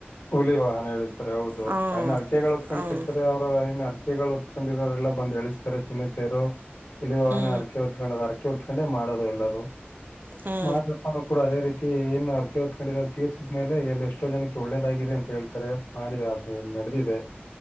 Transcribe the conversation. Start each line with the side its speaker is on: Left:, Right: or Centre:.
Left: ಹುಲಿ ವಾಹನ ಹೇಳಿಸ್ತಾರೆ ಹೌದು
Right: ಹಾಂ
Left: ಅನ್ ಅರಕೆಗಳು ಹೊತ್ಕೊಂಡ್
Right: ಹಾಂ
Left: ಇರ್ತಾರೆ ಅವರುನ್ ಅರಕೆಗಳು ಉತ್ಕೊಂಡಿರೋರೆಲ್ಲ ಬಂದ ಎಳಿಸಸ್ತಾರೆ ಚಿನ್ನ ತರು ಹುಲಿ ಹವೇ
Right: ಹ್ಞೂ
Left: ಅರಕೆ ಹೊತ್ಕೊಂಡು ಅ ಅರಕೆ ಕಂಡೆ ಮಾಡದು ಎಲ್ಲರೂ
Right: ಹ್ಞೂ
Left: ಮಾಡಪ್ಪ ಕೂಡ ಅದೇ ರೀತಿ ಏನ್ ಅರ್ಕೆ ಹೊದತ್ಕೊಂಡಿದಿದ್ದಾರೆ ತೀರ್ಸಿದ್ಮೇಲೆ ಎಲ್ಲ ಎಷ್ಟೋ ಜನಕ್ಕೆ ಒಳ್ಳೇ ಗಾಗಿದೆ ಅಂತ ಹೇಳ್ತಾರೆ ಮಾಡಿದ ಅ ನಡೆದಿದೆ